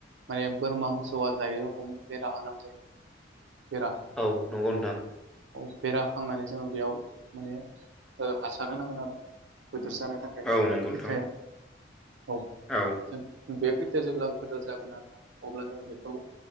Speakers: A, on the right; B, in the centre.
A: माने बोरमा मोसौआ जायै रखम बेरा होनांगोरो बेरा
B: औ नंगौ नोंथां
A: औ बेरा होखांनानै जोङो बेयाव माने ओ हासार होनांगोन आरोना गोदोर जानो थाखाय खोथाया
B: औ नंगौ नोंथां
A: औ।
B: औ।
A: <unintelligible> बे खोथिया जेब्ला गोदोर जागोन आरोना अब्ला जों बेखौ